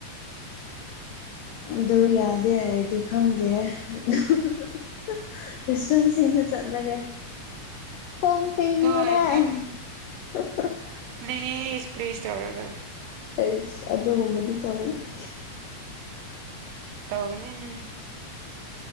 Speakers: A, on the left; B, on the right.
A: ꯑꯗꯨ ꯌꯥꯗꯦ ꯍꯥꯏꯔꯗꯤ ꯈꯪꯗꯦ ꯑꯗꯨ <unintelligible> ꯆꯠꯂꯒꯦ <unintelligible>
B: ꯗꯣꯏ ꯄ꯭ꯂꯤꯁ ꯄ꯭ꯂꯤꯁ ꯇꯧꯔꯒ
A: ꯑꯩ ꯑꯗꯨꯒꯨꯝꯕꯗꯤ ꯇꯧꯅꯤꯡꯗꯦ
B: ꯇꯧꯒꯅꯤ